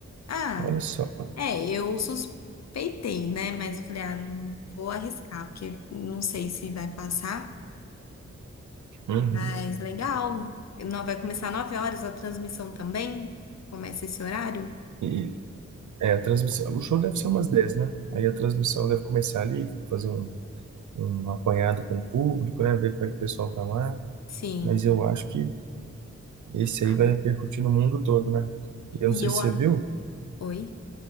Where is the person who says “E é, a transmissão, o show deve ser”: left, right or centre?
Right